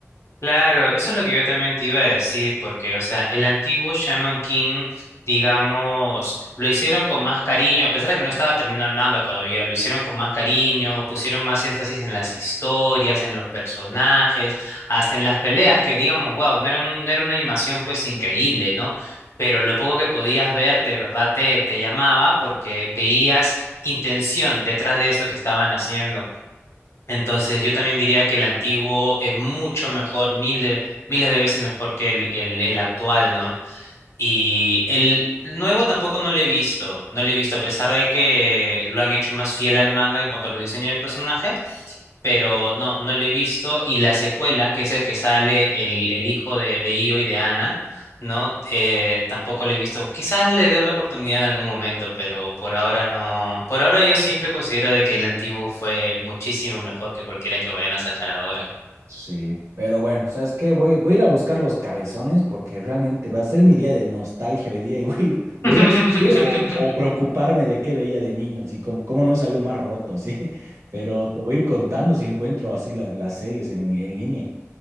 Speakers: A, on the left (about 70°); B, on the right (about 85°).
A: Claro, eso es lo que yo también te iba a decir, porque, o sea, el antiguo Shaman King, digamos, lo hicieron con más cariño, a pesar de que no estaba terminado el manga todavía, lo hicieron con más cariño, pusieron más énfasis en las historias, en los personajes, hasta en las peleas, que digamos, wow, no era, un- no era una animación pues increíble, ¿no? Pero lo poco que podías ver de verdad te, te llamaba porque veías intención detrás de eso que estaban haciendo. Entonces, yo también diría que el antiguo es mucho mejor, miles, miles de veces mejor que el, el, el actual, ¿no? Y el nuevo tampoco no lo he visto, no lo he visto, a pesar de que lo han hecho más fiel al manga en cuanto a los diseños de personajes, pero no, no lo he visto. Y la secuela, que es el que sale el, el hijo de, de Io y de Ana, ¿no? Eh, tampoco lo he visto. Quizás le dé la oportunidad en algún momento, pero por ahora no. Por ahora yo siempre considero de que el antiguo fue muchísimo mejor que cualquiera que vayan a sacar ahora.
B: Sí, pero bueno, ¿sabes qué? Voy, voy a ir a buscar los cabezones porque realmente va a ser mi día de nostalgia hoy día y <laughs> voy, voy
A: <laughs>
B: a ir a ir o, o preocuparme de qué veía de niño, así como, cómo no es algo más roto, así. <laughs> Pero te voy a ir contando si encuentro así la- las series en en- en línea.